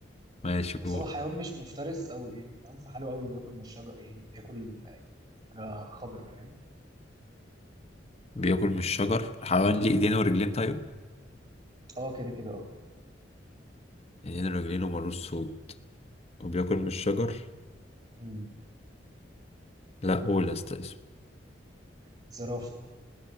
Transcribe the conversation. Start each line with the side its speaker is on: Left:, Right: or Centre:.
Left: ماشي
Right: بس
Left: قول
Right: هو حيوان مش مفترس او ايه حيوان في حاله قوي وبياكل من الشجر يعني بياكل حاجة خضرا فاهم؟
Left: بياكل من الشجر حيوان ليه ايدين ورجلين طيب
Right: اه كده كده اه
Left: ايدين ورجلين ومالوش صوت وبياكل من الشجر
Right: امم
Left: لا قول يا اسطى اسمه
Right: زرافة